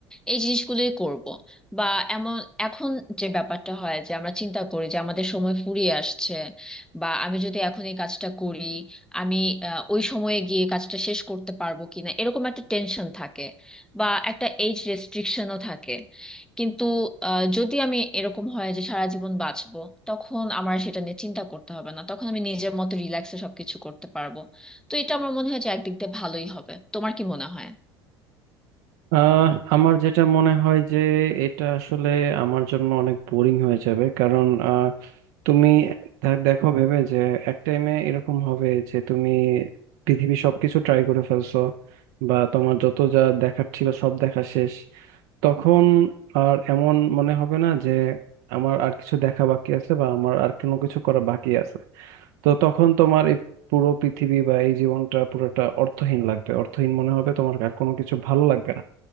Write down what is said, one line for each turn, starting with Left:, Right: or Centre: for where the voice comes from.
Centre: এই জিনিসগুলোই করব বা এমন এখন যে ব্যাপারটা হয় যে আমরা চিন্তা করি যে আমাদের সময় ফুরিয়ে আসছে বা আমি যদি এখন এই কাজটা করি আমি আহ, ওই সময়ে গিয়ে কাজটা শেষ করতে পারবো কিনা এরকম একটা টেনশন থাকে বা একটা এজ রেস্ট্রিকশনও থাকে কিন্তু আহ, যদি আমি এরকম হয় যে সারা জীবন বাঁচবো তখন আমার সেটা নিয়ে চিন্তা করতে হবে না তখন আমি নিজের মতো রিল্যাক্সে সবকিছু করতে পারবো তো এটা আমার মনে হয় যে একদিক দিয়ে ভালোই হবে তোমার কি মনে হয়
Right: আহ আমার যেটা মনে হয় যে এটা আসলে আমার জন্য অনেক বোরিং হয়ে যাবে কারণ তুমি দে- দেখো ভেবে যে এক টাইমে এরকম হবে যে তুমি পৃথিবীর সবকিছু ট্রাই করে ফেলছো বা তোমার যত যা দেখার ছিল সব দেখা শেষ তখন আর এমন মনে হবে না যে আমার আর কিছু দেখা বাকি আছে বা আমার আর কোনো কিছু করা বাকি আছে তো তখন তোমার এই পুরো পৃথিবী বা এই জীবনটা পুরোটা অর্থহীন লাগবে অর্থহীন মনে হবে তোমার আর কোনো কিছু ভালো লাগবে না